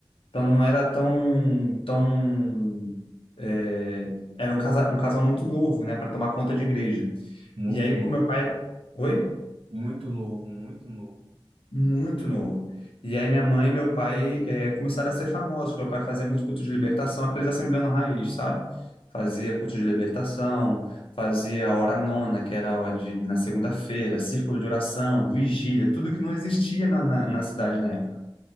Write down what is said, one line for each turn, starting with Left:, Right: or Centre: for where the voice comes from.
Left: Então não era tão, tão é, era um casal, um casal muito novo, né, para tomar conta de igreja.
Right: Muito
Left: E aí,
Right: novo,
Left: com meu pai. Oi?
Right: muito novo, muito novo.
Left: Muito novo. E aí minha mãe e meu pai eh, começaram a ser famosos. Meu pai fazia muito culto de libertação, aqueles assembleando raiz, sabe? Fazia culto de libertação, fazia a hora nona, que era a hora de, na segunda-feira, círculo de oração, vigília, tudo que não existia na, na, na cidade na época.